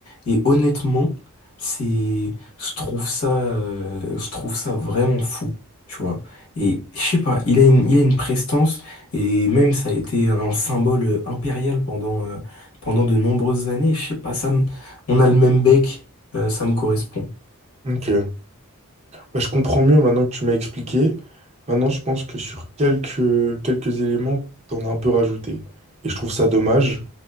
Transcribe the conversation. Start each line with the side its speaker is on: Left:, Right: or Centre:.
Left: Et honnêtement, c'est, je trouve ça, euh, je trouve ça vraiment fou, tu vois. Et je sais pas, il a une, il a une prestance, et même ça a été un symbole euh, impérial pendant, euh, pendant de nombreuses années. Je sais pas, ça me- on a le même bec, euh, ça me correspond.
Right: Ok. Bah, je comprends mieux maintenant que tu m'as expliqué. Maintenant, je pense que sur quelques, quelques éléments, t'en as un peu rajouté. Et je trouve ça dommage,